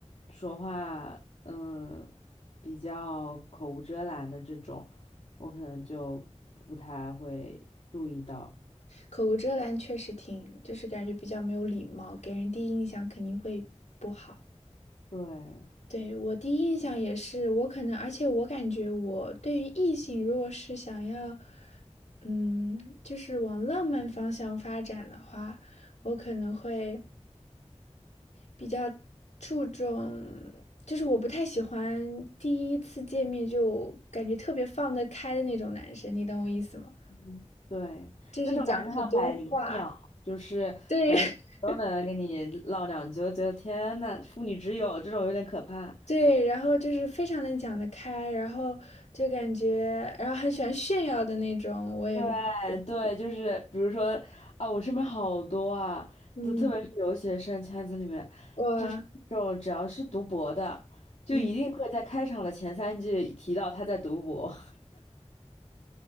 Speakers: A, on the left (about 65°); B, on the left (about 80°).
A: 说话，嗯。比较口无遮拦的这种，我可能就不太会注意到。
B: 口无遮拦确实挺，就是感觉比较没有礼貌，给人第一印象肯定会不好。
A: 对
B: 对，我第一印象也是，我可能，而且我感觉我对于异性，如果是想要，嗯，就是往浪漫方向发展的话，我可能会比较注重，就是我不太喜欢第一次见面就感觉特别放得开的那种男生，你懂我意思吗？
A: 嗯，对，
B: 就是讲很多话，
A: 那种感觉像百灵鸟，就是感觉都能跟你唠两句，
B: 对 <laughs>
A: 我觉得天呐，妇女之友这种有点可怕。
B: 对，然后就是非常能讲得开，然后就感觉，然后很喜欢炫耀的那种，我也不太喜欢。
A: 对对，就是比如说啊，我身边好多啊，
B: 嗯，
A: 就特别是留学生圈子里面，
B: 我
A: 就是这种只要是读博的，就一定会在开场的前三句提到他在读博。
B: 嗯，